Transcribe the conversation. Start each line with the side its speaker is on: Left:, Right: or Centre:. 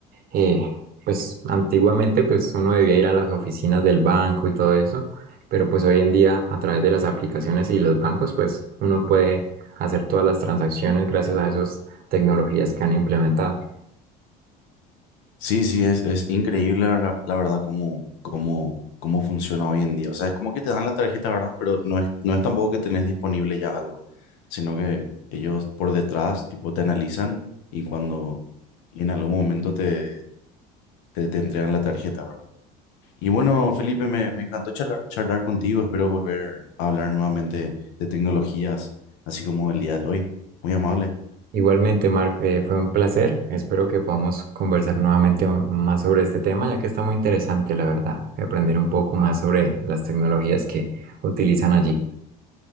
Right: eh, pues antiguamente pues uno debía ir a las oficinas del banco y todo eso, pero pues hoy en día a través de las aplicaciones y los bancos pues uno puede hacer todas las transacciones gracias a esas tecnologías que han implementado.
Left: Sí, sí, es, es increíble la, la verdad cómo, cómo, cómo funciona hoy en día. O sea, es como que te dan la tarjeta, ¿verdad? Pero no es, no es tampoco que tenés disponible ya algo, sino que ellos por detrás, tipo, te analizan y cuando y en algún momento te, te, te entregan la tarjeta, ¿verdad? Y bueno, Felipe, me, me encantó charlar, charlar contigo. Espero volver a hablar nuevamente de tecnologías, así como el día de hoy. Muy amable.
Right: Igualmente, Mark, eh, fue un placer. Espero que podamos conversar nuevamente más sobre este tema, ya que está muy interesante, la verdad, aprender un poco más sobre las tecnologías que utilizan allí.